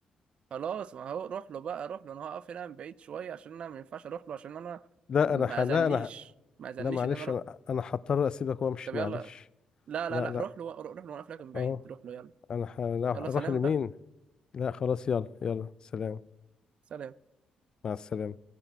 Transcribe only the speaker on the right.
خلاص ما هو روح له بقى روح له انا هقف هنا من بعيد شوية عشان انا ما ينفعش اروح له عشان انا
ما
اذنليش
ما اذنليش
ان انا اروح
طب يلا
لا
لا لا
روح له روح له وانا قافلك من بعيد
روح له يلا
يلا سلام
بقى
سلام